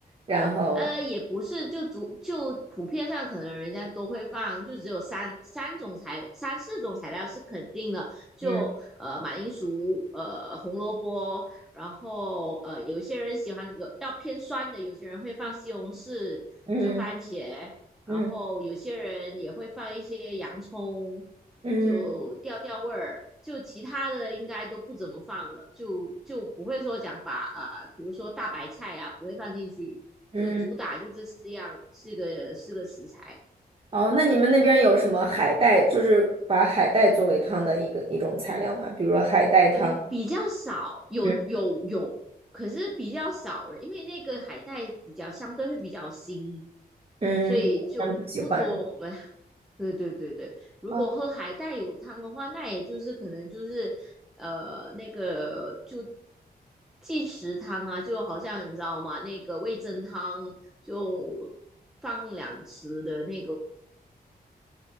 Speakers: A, on the right; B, in the centre.
A: 然后
B: 呃，也不是，就足就普遍上可能人家都会放，就只有三三种材三四种材料是肯定的，就呃马铃薯、
A: 嗯
B: 呃红萝卜，然后呃有些人喜欢有要偏酸的，有些人会放西红柿，
A: 嗯
B: 就番茄，
A: 嗯
B: 然后有些人也会放一些洋葱，
A: 嗯
B: 就调调味儿，就其他的应该都不怎么放了，就就不会说讲把啊、呃比如说大白菜啊不会放进去，
A: 嗯。
B: 就主打就这四样，四个四个食材，
A: 哦，那你们那边有什么海带？就是把海带作为汤的一个一种材料吗？比如说海带汤。
B: 呃，比较少，有有有，
A: 嗯
B: 可是比较少了，因为那个海带比较相对会比较腥，
A: 嗯，
B: 所以就不多，
A: 咱不喜欢。
B: 我们对对对对，如果喝海带有汤的话，
A: 哦
B: 那也就是可能就是呃那个就即食汤啊，就好像你知道吗？那个味噌汤就放两匙的那个